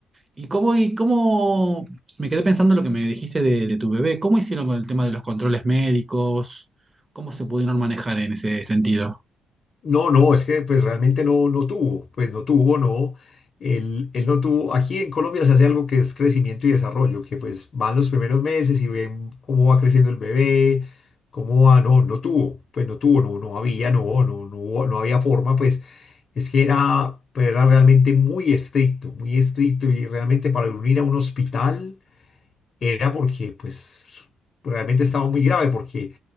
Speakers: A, on the right; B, on the left.
A: ¿Y cómo, y cómo me quedé pensando en lo que me dijiste de, de tu bebé? ¿Cómo hicieron con el tema de los controles médicos? ¿Cómo se pudieron manejar en ese sentido?
B: No, no, es que pues realmente no, no tuvo, pues no tuvo, no, él, él no tuvo, aquí en Colombia se hace algo que es crecimiento y desarrollo, que pues van los primeros meses y ven cómo va creciendo el bebé, cómo va, no, no tuvo, pues no tuvo, no, no había, no, no, no, hubo- no había forma, pues es que era, pues, era realmente muy estricto, muy estricto y realmente para unir a un hospital era porque pues realmente estaba muy grave, porque